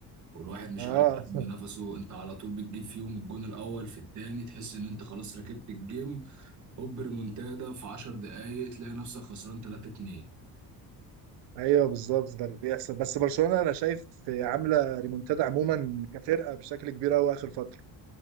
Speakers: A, on the right (about 45°); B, on the right (about 80°).
A: والواحد مش
B: آه
A: عارف يشم
B: <laughs>
A: نفسه انت على طول بتجيب فيهم الجون الاول في التاني تحس ان انت خلاص ركبت الجيم هوب ريمونتادا في 10 دقايق تلاقي نفسك خسران 3-2
B: أيوه بالظبط ده بيحصل بس برشلونة أنا شايف آه، عاملة ريمونتادا عموما كفرقة بشكل كبير أوي آخر فترة